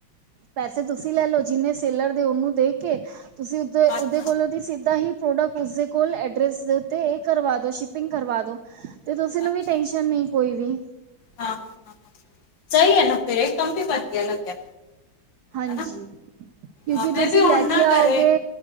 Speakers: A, on the right (about 65°); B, on the left (about 65°).
A: ਪੈਸੇ ਤੁਸੀਂ ਲੈ ਲਓ, ਜਿੰਨੇ ਸੇਲਰ ਦੇ ਉਹਨੂੰ ਦੇ ਕੇ, ਤੁਸੀਂ ਤੇ
B: ਅੱਛਾ
A: ਉਦੇ ਕੋਲੋਂ ਦੀ ਸਿੱਧਾ ਹੀ ਪ੍ਰੋਡਕਟ, ਉਸਦੇ ਕੋਲ ਐਡਰੈਸ ਦੇ ਉੱਤੇ, ਇਹ ਕਰਵਾ ਦੋ ਸ਼ਿਪਿੰਗ ਕਰਵਾ ਦੋ। ਤੇ ਤੁਸੀਂ ਨੂੰ
B: ਅੱਛਾ
A: ਵੀ ਟੈਨਸ਼ਨ ਨੀ ਕੋਈ ਵੀ।
B: ਹਾਂ, ਹਾਂ, ਹਾਂ, ਹਾਂ ਸਹੀ ਹੈ ਨਾ ਫ਼ਿਰ, ਇਹ ਕੰਮ ਵੀ ਵਧੀਆ ਲੱਗਿਆ।
A: ਹਾਂਜੀ,
B: ਹਨਾ
A: ਕਿਉਂਕਿ
B: ਹਾਂ ਮੈਂ
A: ਤੁਸੀਂ
B: ਵੀ ਹੁਣ
A: ਲੈ
B: ਨਾ
A: ਕੇ ਆਓਗੇ
B: ਕਰੇ